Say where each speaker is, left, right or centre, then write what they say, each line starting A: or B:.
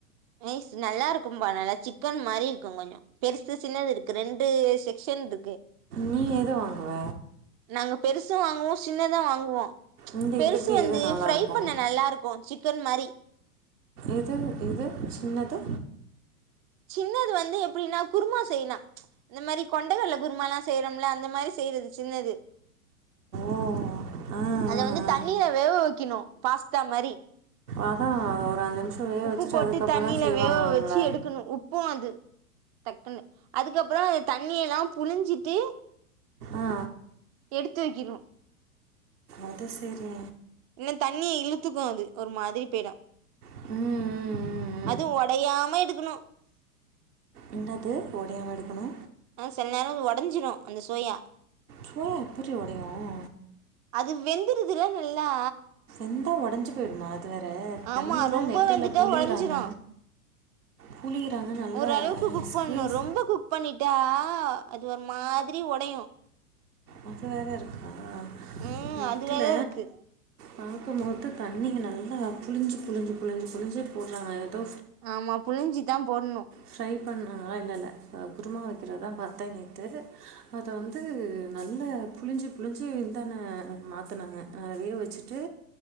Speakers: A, on the right (about 30°); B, on the right (about 80°).
A: நைஸ் நல்லா இருக்கும்பா நல்லா சிக்கன் மாரி இருக்கு கொஞ்சோ பெருசு சின்னது இருக்கு ரெண்டு செக்ஷன் இதுக்கு
B: நீ எது வாங்குவ
A: நாங்க பெருசு வாங்குவோ சின்னது வாங்குவோ
B: இந்த
A: பெருசு
B: இதுக்கு
A: வந்து
B: எது நல்லா
A: ஃபரை
B: இருக்கும்
A: பண்ண நல்லாருக்கு சிக்கன்மாரி
B: எது எது சின்னது
A: சின்னது வந்து எப்படினா குருமா செய்லா இந்த மாரி கொண்டைகடல குருமாலா செய்றம்ல அந்த மாரி செய்றது சின்னது
B: ஓ ஆ
A: அத வந்து
B: ஆ.
A: தண்ணில வேவ வெக்கிணு பாஸ்தா மாரி
B: அதான் ஒரு அஞ்சு நிமிஷம் வேக
A: உப்பு
B: வச்சுட்டு
A: போட்டு
B: அதுக்கப்புறம்
A: தண்ணியில
B: தான் செய்வாங்களாம்ல
A: வேவ வெச்சு எடுக்கணு உப் பு அது டக்குன்னு அதுக்கப்புற அது தண்ணியெல்லா புழிஞ்சிட்டு
B: ஆ
A: எடுத்து வைக்கணும்
B: அது செரி
A: இன்ன தண்ணிய இழுத்துக்கு அது ஒரு மாதிரி பேய்ரு
B: ம் ம் ம்
A: அது ஒடையாம எடுக்குணு
B: இன்னாது ஒடையாம எடுக்கணு
A: ஆனா சில் நேரோ அது ஒடஞ்சிரு அந்த சோயா
B: சோயா எப்படி உடையும்
A: அது வெந்துருதுல்ல நல்லா
B: வெந்தா ஒடஞ்சு போயிடுமா அது வேற
A: ஆமா
B: தண்ணியெல்லா
A: ரொம்ப
B: நெட்டுல
A: வெந்துட்டா
B: புழிறாங்க
A: உடஞ்சிரும்
B: புழிறாங்க நல்ல
A: ஓரளவுக்கு குக்
B: ஸ்குவீஸ்
A: பண்ணணும் ரொம்ப குக் பண்ணிட்டா அது ஒரு மாதிரி ஒடையு
B: அது வேற இருக்கா
A: ம்
B: நெட்டுல
A: அது வேற இருக்கு
B: பாக்கும்மோது தண்ணிய நல்லா புழிஞ்சு புழிஞ்சு புழிஞ்சு புழிஞ்சு போட்றாங்க எதோ
A: ஆமா புழிஞ்சிதா போட்ணு
B: ட்ரை பண்ணாங்கலா இல்ல இல்ல அ குருமா வெக்கறதுதா பாத்தே நேத்து அத வந்து நல்லா புழிஞ்சு புழிஞ்சு இதான மாத்துனாங்க அ வேவ் வெச்சுட்டு